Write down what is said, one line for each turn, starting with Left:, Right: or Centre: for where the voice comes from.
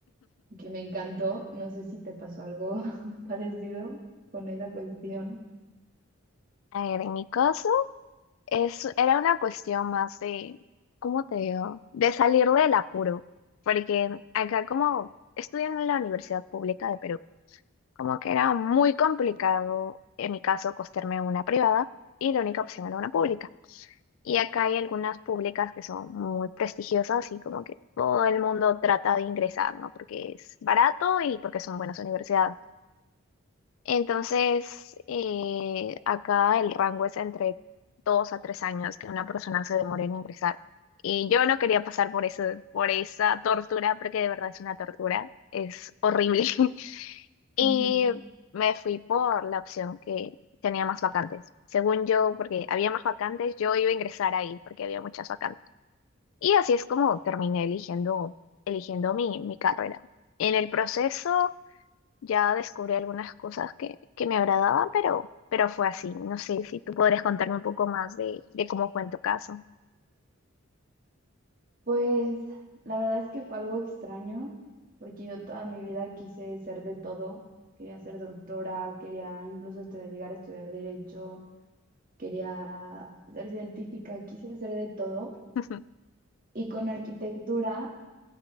Right: que me encantó. No sé si te pasó algo <laughs> parecido con esa cuestión.
Left: A ver, en mi caso, es, era una cuestión más de, ¿cómo te digo? De salir del apuro. Porque acá como estudiando en la Universidad Pública de Perú, como que era muy complicado, en mi caso, costearme una privada y la única opción era una pública. Y acá hay algunas públicas que son muy prestigiosas y como que todo el mundo trata de ingresar, ¿no? Porque es barato y porque son buenas universidades. Entonces, eh, acá el rango es entre dos a tres años que una persona se demore en ingresar. Y yo no quería pasar por eso, por esa tortura, porque de verdad es una tortura, es horrible. <laughs> Y
Right: Ujú.
Left: me fui por la opción que tenía más vacantes. Según yo, porque había más vacantes, yo iba a ingresar ahí porque había muchas vacantes. Y así es como terminé eligiendo, eligiendo mi, mi carrera. En el proceso ya descubrí algunas cosas que, que me agradaban, pero, pero fue así. No sé si tú podrías contarme un poco más de, de cómo fue en tu caso.
Right: Pues la verdad es que fue algo extraño, porque yo toda mi vida quise ser de todo. Quería ser doctora, quería incluso estudiar- llegar a estudiar derecho. quería ser científica, quise hacer de todo.
Left: <laughs>
Right: Y con arquitectura,